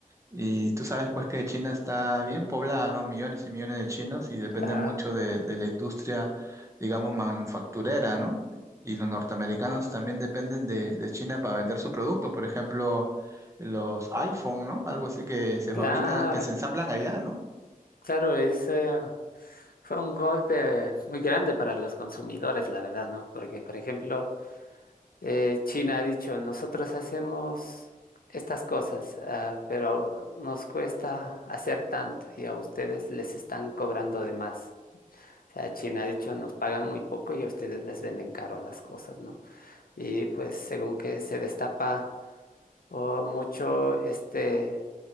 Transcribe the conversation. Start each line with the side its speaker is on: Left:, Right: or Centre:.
Right: Y tú sabes pues que China está bien poblada, ¿no? Millones y millones de chinos y depende
Left: Claro,
Right: mucho de, de la industria, digamos, manufacturera, ¿no? Y los norteamericanos también dependen de, de China para vender su producto, por ejemplo, los iPhone, ¿no? Algo así que se
Left: claro,
Right: fabrican, que se ensamblan allá, ¿no?
Left: claro, es, eh, fue un golpe muy grande para los consumidores, la verdad, ¿no? Porque, por ejemplo, eh, China ha dicho, nosotros hacemos estas cosas, ah, pero nos cuesta hacer tanto y a ustedes les están cobrando de más. O sea, China ha dicho, nos pagan muy poco y a ustedes les venden caro las cosas, ¿no? y pues según que se destapa o mucho este,